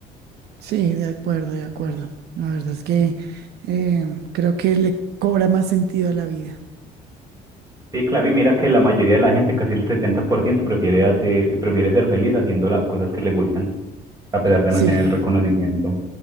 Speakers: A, on the right (about 75°); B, on the right (about 20°).
A: Sí, de acuerdo, de acuerdo. La verdad es que eh, creo que le cobra más sentido a la vida.
B: Sí, claro, y mira que la mayoría de la gente, casi el 70%, prefiere, hace- prefiere ser feliz haciendo las cosas que le gustan, a pesar de
A: Sí.
B: no tener el reconocimiento.